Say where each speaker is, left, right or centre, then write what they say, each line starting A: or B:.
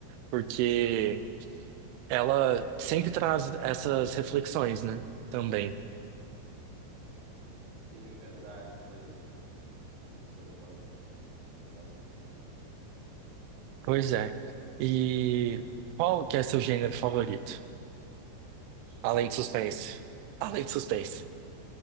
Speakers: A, on the right (about 85°); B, on the right (about 55°).
A: porque ela sempre traz essas reflexões, né? Também.
B: Sim, verdade, coisas da- do ser humano, eu gosto muito.
A: Pois é. E qual que é seu gênero favorito?
B: Suspense.
A: Além de suspense. Além de suspense.